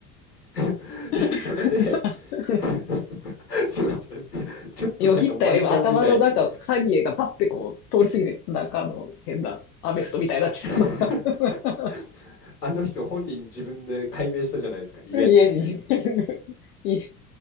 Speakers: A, on the left; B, on the left.
A: <laughs>
B: <laughs>
A: それで <laughs> すいません、ちょっとなんか漫談みたいに
B: よぎったよ。今、頭の中、カニエがパッてこう、通り過ぎて、なんかあの、変な、アメフトみたいな来たのが。
A: <laughs>
B: <laughs>
A: あの人本人自分で解明したじゃないですか、家って。
B: 家に <laughs> い